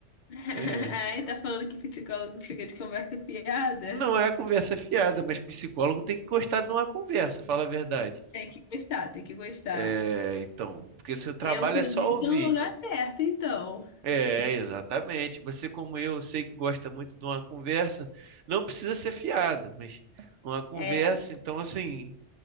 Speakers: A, on the left (about 50°); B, on the right (about 80°).
A: <laughs>
B: É,
A: Aí tá falando que psicólogo fica de conversa fiada?
B: não é a conversa fiada, mas psicólogo tem que gostar de uma conversa, fala a verdade.
A: Tem que gostar, tem que gostar.
B: É, então, porque seu trabalho
A: Eu, inclusive,
B: é só ouvir.
A: estou no lugar certo, então.
B: É, exatamente. Você, como eu, eu sei que gosta muito de uma conversa, não precisa ser fiada, mas uma conversa,
A: É,
B: então, assim,